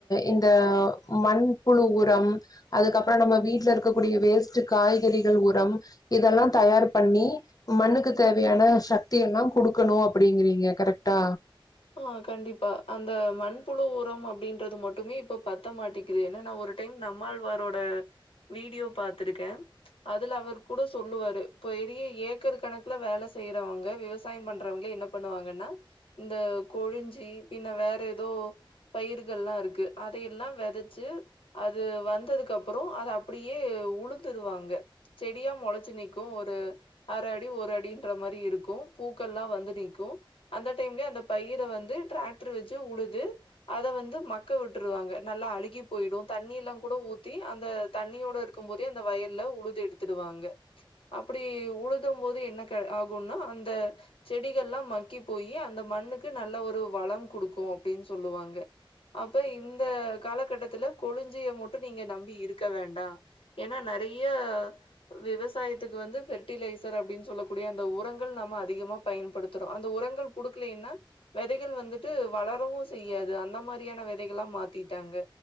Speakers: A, on the left; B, on the left.
A: இந்த மண்புழு உரம் அதுக்கப்றோ நம்ம வீட்ல இருக்கக் கூடிய வேஸ்ட்டு காய்கறிகள் உரம் இதெல்லா தயார் பண்ணி மண்ணுக்கு தேவையான சக் தியமா குடுக்கனு அப்படிங்கிறீங்க கரெட்டா
B: ஆ கண்டிப்பா அந்த மண்புழு உரம் அப்படின்றது மட்டுமே இப்ப பத்த மாட்டிக்கிது என்னனா ஒரு டைம் நம்மாழ்வாரோட வீடியோ பாத்திருக்கே அதுல அவர் கூட சொல்லுவாரு இப்ப பெரிய ஏக்கர் கணக்குல வேல செய்யறவங்க விவசாயம் பண்றவங்கள என்ன பண்ணுவாங்கன்னா இந்த கொழிஞ்சி பின்ன வேற ஏதோ பயிர்கள்லா இருக்கு அதையெல்லா வெதச்சி அது வந்ததுக்கு அப்புறோ அத அப்படியே உளுந்துருவாங்க செடியா மொளச்சு நி்க்கு ஒரு அர அடி ஒரு அடின்ற மாரி இருக்கு பூக்கள்லா வந்து நிக்கு அந்த டைம்லயே அந்த பயிர வந்து டிராக்டர் வச்சு உழுது அத வந்து மக்க வுட்டுருவாங்க நல்லா அழுகி போய்டு தண்ணி எல்லா கூட ஊத்தி அந்த தண்ணியோட இருக்கு போதே அந்த வயல்ல உழுது எடுத்துடுவாங்க அப்படி உழுதும் போது என்ன கெ ஆகுன்னா அந்த செடிகள்லா மக்கி போயி அந்த மண்ணுக்கு நல்ல ஒரு வளம் குடுக்கு அப்டின் சொல்லுவாங்க அப்ப இந்த கால கட்டத்துல கொழிஞ்சிய மட்டு நீங்க நம்பி இருக்க வேண்டா ஏனா நெறைய விவசாயத்துக்கு வந்து ஃபெர்டிலைசர் அப்டின் சொல்லக்கூடிய அந்த உரங்கள் நாம அதிகமா பயன்படுத்துறோ அந்த உரங்கள் குடுக்கலைன்னா விதைகள் வந்துட்டு வளரவு செய்யாது அந்த மாரியான விதைகள்லா மாத்திட்டாங்க